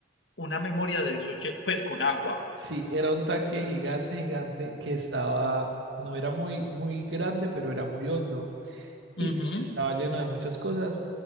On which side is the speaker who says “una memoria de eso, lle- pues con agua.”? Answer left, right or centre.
Left